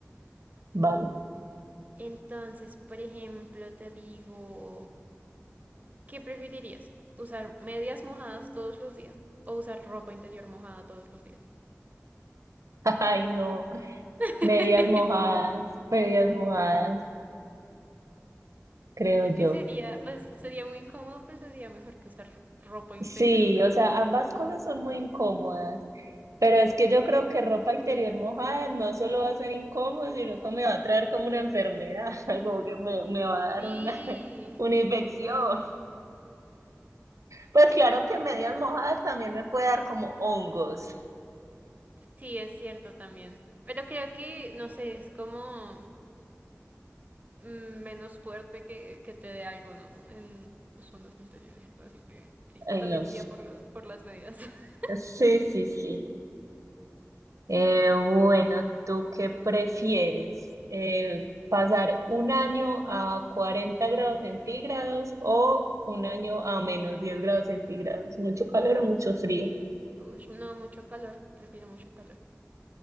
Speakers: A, on the right (about 85°); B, on the right (about 30°).
A: vale.
B: Entonces, por ejemplo, te digo, ¿qué preferirías? ¿Usar medias mojadas todos los días o usar ropa interior mojada todos los días?
A: <laughs> Ay, no,
B: <laughs>
A: medias mojadas, medias mojadas, creo
B: Creo
A: yo.
B: que sería, pues sería muy incómodo, pues sería mejor que usar ro- ropa interior
A: Sí,
B: húmeda.
A: o sea, ambas cosas son muy incómodas, pero es que yo creo que ropa interior mojada no solo va a ser incómodo, sino que me va a traer como una enfermedad, <laughs> como que me, me va a
B: Sí,
A: dar una, <laughs> una infección.
B: total.
A: Pues claro que medias mojadas también me puede dar como hongos.
B: Sí, es cierto también. Pero creo que, no sé, es como mm, menos fuerte que, que te dé algo, ¿no? En tus zonas interiores. Así que sí, yo
A: Ay,
B: también
A: no.
B: iría por, lo- por las medidas. <laughs>
A: Sí, sí, sí. Eh, bueno, ¿tú qué prefieres? Eh, ¿pasar un año a 40 grados centígrados o un año a menos 10 grados centígrados? ¿Mucho calor o mucho frío?
B: Ush, no, mucho calor. Prefiero mucho calor.